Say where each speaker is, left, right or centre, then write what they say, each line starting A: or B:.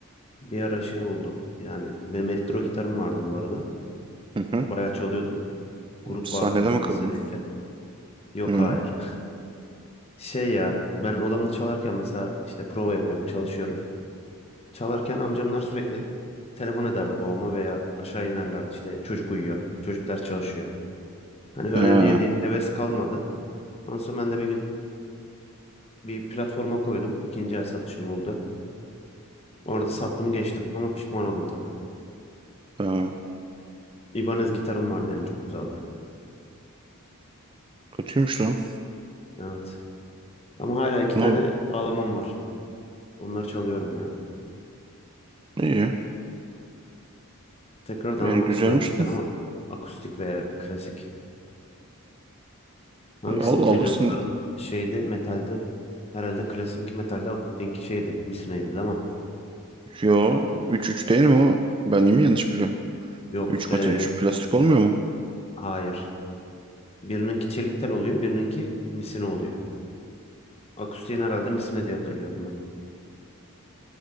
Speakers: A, on the left; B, on the right.
A: bir ara şey oldu. Yani benim elektro gitarım vardı bu arada.
B: <laughs>
A: Bayağı çalıyordum. Grup
B: Sahnede
A: vardı bizim
B: mi kırdın?
A: lisedeyken. Yok
B: Hı.
A: hayır. Şey ya ben odamda çalarken mesela işte prova yapıyorum, çalışıyorum. Çalarken amcamlar sürekli telefon ederdi babama veya aşağı inerlerdi. İşte çocuk uyuyor, çocuklar çalışıyor. Hani öyle
B: Ha,
A: diye diye heves kalmadı. Ondan sonra ben de bir gün bir platforma koydum. İkinci el satışın oldu. Orada sattım geçtim ama pişman oldum tabii.
B: ha.
A: İbanez gitarım vardı yani çok güzeldi.
B: Kötüymüş lan.
A: Evet. Ama hala iki
B: Ama
A: tane bağlamam var. Onları çalıyorum yani.
B: iyi.
A: Tekrardan
B: Yani
A: almak
B: güzelmiş
A: istiyorum gitar ama akustik veya klasik. Hangisini
B: Al,
A: tele
B: alırsın.
A: onların şeydi metalde herhalde klasikki metalde akustikki şeydi misineydi değil mi?
B: Yo 3 3 değil mi o? Ben mi yanlış biliyorum?
A: Yok
B: üç
A: ee,
B: metal üç plastik olmuyor mu?
A: hayır. Birininki çelik tel oluyor birininki misine oluyor. Akustiğin herhalde misine diye hatırlıyorum ben.